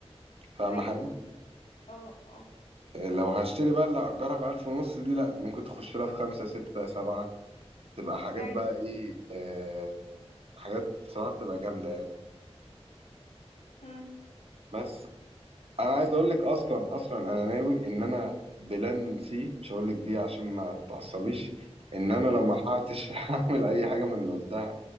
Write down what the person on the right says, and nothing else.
فاهم
حاجة؟
آه، لو هشتري بقى اللي هأجرها في ألف ونص دي لأ ممكن تخش لها في خمسة ستة سبعة تبقى حاجات
بقى إيه آه، حاجات بصراحة بتبقى جامدة يعني
بس أنا عايز أقول لك أصلا أصلا أنا ناوي إن أنا بلان سي مش هقول لك بيه عشان ما تعصبيش إن أنا
لو ملحقتش <laughs> هعمل أي حاجة من اللي قلتها